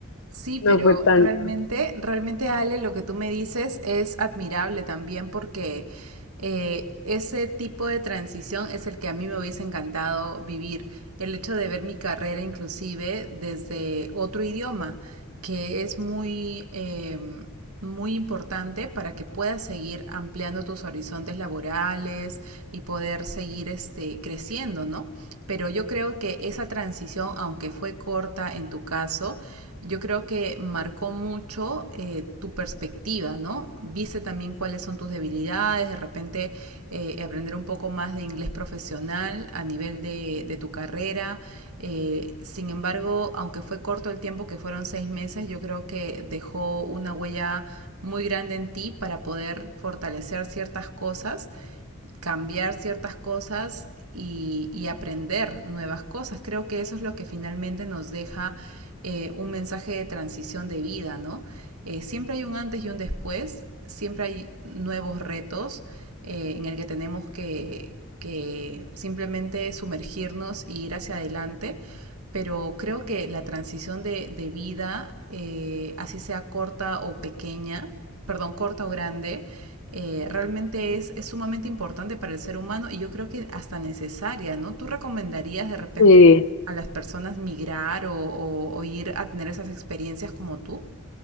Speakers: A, on the right (about 75°); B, on the left (about 60°).
A: Sí, pero
B: no fue tan,
A: realmente,
B: tan, tan.
A: realmente Ale, lo que tú me dices es admirable también porque eh, ese tipo de transición es el que a mí me hubiese encantado vivir. El hecho de ver mi carrera inclusive desde otro idioma, que es muy, eh, muy importante para que puedas seguir ampliando tus horizontes laborales y poder seguir este, creciendo, ¿no? Pero yo creo que esa transición, aunque fue corta en tu caso, yo creo que marcó mucho eh, tu perspectiva, ¿no? Viste también cuáles son tus debilidades, de repente eh, aprender un poco más de inglés profesional a nivel de, de tu carrera. Eh, sin embargo, aunque fue corto el tiempo, que fueron seis meses, yo creo que dejó una huella muy grande en ti para poder fortalecer ciertas cosas cambiar ciertas cosas y, y, aprender nuevas cosas. Creo que eso es lo que finalmente nos deja eh, un mensaje de transición de vida, ¿no? Eh, siempre hay un antes y un después, siempre hay nuevos retos eh, en el que tenemos que, que simplemente sumergirnos y ir hacia adelante, pero creo que la transición de, de vida, eh, así sea corta o pequeña, perdón, corta o grande, eh, realmente es, es sumamente importante para el ser humano y yo creo que hasta necesaria, ¿no? ¿Tú recomendarías de repente
B: Sí,
A: a las personas migrar o, o- o ir a tener esas experiencias como tú?